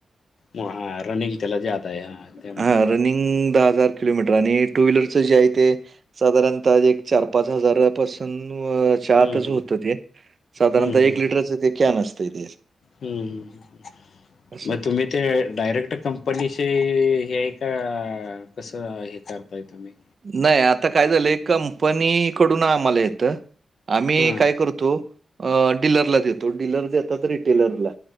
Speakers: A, on the left; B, on the right.
A: मग हां रनिंग त्याला जात आहे हां त्यामुळे
B: हा
A: ते
B: रनिंग दहा हजार किलोमीटरां आणि टू व्हिलरचे जे आहे ते साधारणतः एक चार पाच हजारपासून आतच
A: हम्म, हम्म.
B: होत ते साधारण
A: हम्म, हम्म, हम्म.
B: ते कॅन असतंय ते
A: हम्म
B: असं.
A: मग तुम्ही ते डायरेक्ट कंपनीशी हे आहे का कसं हे करताय तुम्ही
B: नाही आता काय झालं कंपनी कडून आम्हाला येत. आम्ही
A: हां.
B: काय करतो अ डीलरला देतो डीललर देतात रिटेलरला.